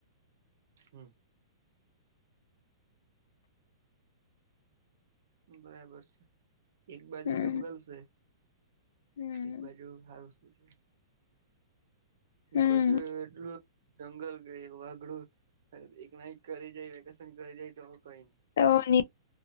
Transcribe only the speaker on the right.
હમ્મ બરાબર છે, એક બાજુ
જંગલ છે,
એક બાજુ હાલ પસ્ત છેએ.
બજ એટલુ જંગલ ગ વાઘડું એક નાઇક કરી જાય વેકેશન કરી જાય તો કઈ